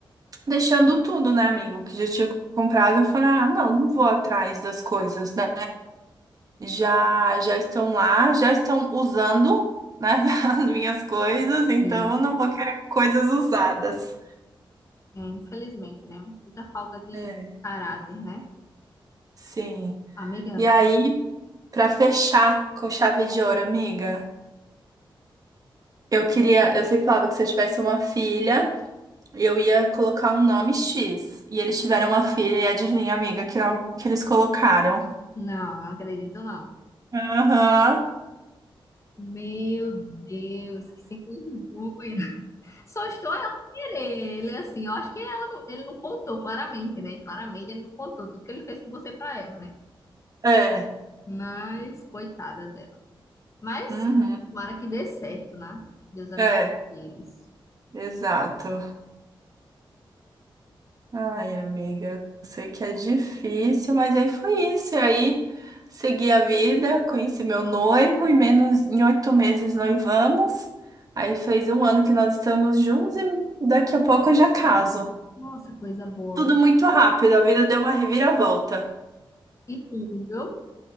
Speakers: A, on the right (about 45°); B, on the left (about 35°).
A: deixando tudo, né, amigo? Que já tinha comprado. Eu falei, ah, não, não vou atrás das coisas, né? Já, já estão lá, já estão usando, né, <laughs> as minhas coisas, então
B: E,
A: eu não vou querer coisas usadas.
B: é, infelizmente, né? Muita falta de
A: É,
B: caráter, né?
A: sim.
B: Amiga,
A: E aí, pra fechar com chave de ouro, amiga, eu queria, eu sempre falava que se eu tivesse uma filha, eu ia colocar um nome X. E eles tiveram uma filha, e adivinha, amiga, que nome que eles colocaram?
B: não, não acredito não.
A: Aham.
B: Meu Deus, que sem vergonha. Só estou ela querer. Ele assim, eu acho que ela não- ele não contou claramente, né? Claramente ele não contou tudo que ele fez com você pra ela, né?
A: É.
B: Mas, coitada dela. Mas,
A: Uhum.
B: tomara que dê certo, né? Deus abençoe
A: É,
B: eles.
A: exato. Ai, amiga, eu sei que é difícil, mas aí foi isso. E aí segui a vida, conheci meu noivo, e menos em oito meses noivamos. Aí fez um ano que nós estamos juntos e daqui a pouco eu já caso.
B: Nossa, coisa boa,
A: Tudo
B: viu?
A: muito rápido, a vida deu uma reviravolta.
B: E tudo, viu?